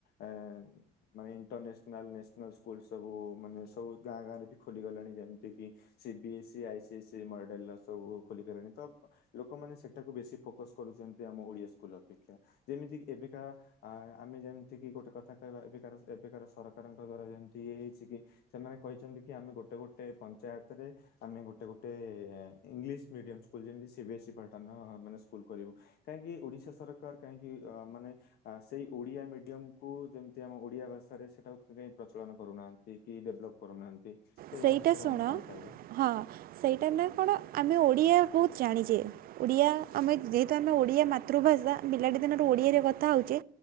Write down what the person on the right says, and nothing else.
ସେଇଟା
ଶୁଣ
ହଁ। ସେଇଟା ନେ କଣ ଆମେ ଓଡ଼ିଆ ବହୁତ ଜାଣିଛେ। ଓଡ଼ିଆ ଆମେ ଯେହେତୁ ଆମେ ଓଡ଼ିଆ ମାତୃଭାଷା ବିଲାଟି ଦିନରୁ ଓଡ଼ିଆରେ କଥା ହେଉଛେ